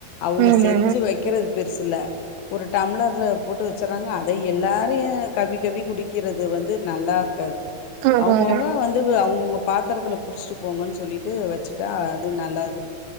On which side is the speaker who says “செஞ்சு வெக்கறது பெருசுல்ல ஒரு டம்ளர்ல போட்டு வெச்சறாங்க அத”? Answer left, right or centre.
Left